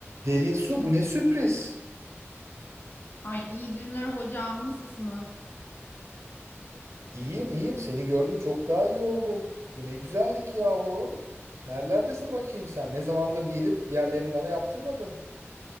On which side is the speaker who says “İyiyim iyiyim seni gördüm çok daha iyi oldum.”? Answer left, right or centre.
Right